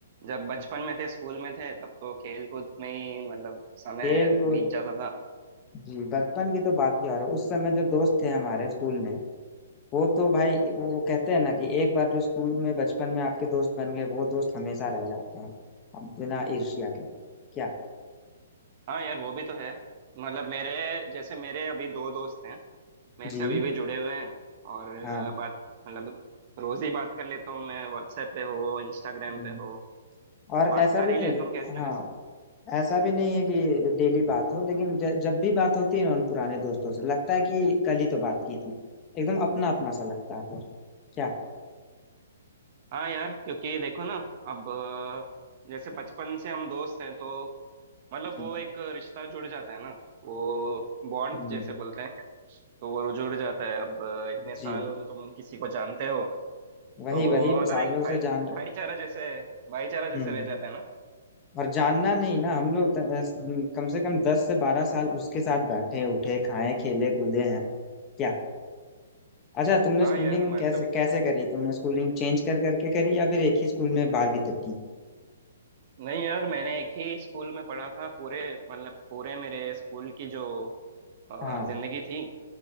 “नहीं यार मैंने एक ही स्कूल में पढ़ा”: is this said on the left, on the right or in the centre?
Right